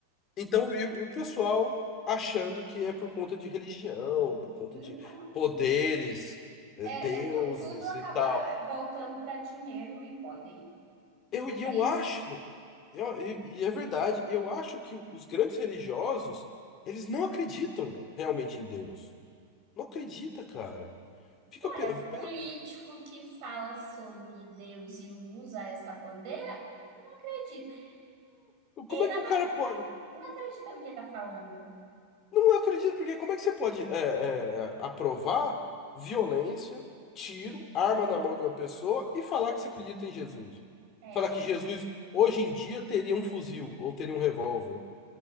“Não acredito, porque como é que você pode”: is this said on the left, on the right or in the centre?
Left